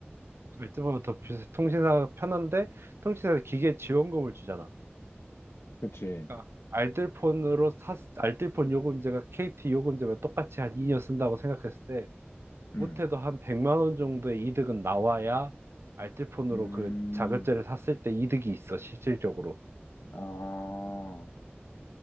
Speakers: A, on the right (about 75°); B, on the left (about 70°).
A: 알뜰폰은 더 비싸. 통신사가 편한데 통신사에서 기계 지원금을 주잖아.
B: 그치.
A: 그러니까 알뜰폰으로 샀 알뜰폰 요금제가 KT 요금제와 똑같이 한 2년 쓴다고 생각했을 때 못해도
B: 음,
A: 한 100만 원 정도의 이득은 나와야 알뜰폰으로
B: 음,
A: 그 자급제를 샀을 때 이득이 있어, 실질적으로.
B: 아.